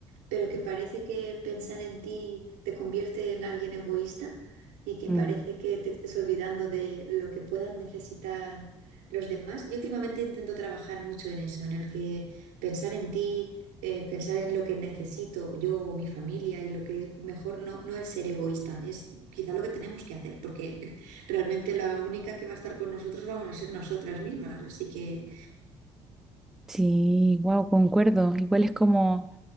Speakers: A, on the right; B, in the centre.
A: pero que parece que pensar en ti te convierte en alguien egoísta y que
B: Mm.
A: parece que te estés olvidando de lo que puedan necesitar los demás. Yo últimamente intento trabajar mucho en eso, en el que pensar en ti, eh, pensar en lo que necesito yo o mi familia y lo que es mejor no, no es ser egoísta, es quizá lo que tenemos que hacer, porque Realmente la única que va a estar con nosotros vamos a ser nosotras mismas, así que
B: Sí, wow, concuerdo. Igual es como,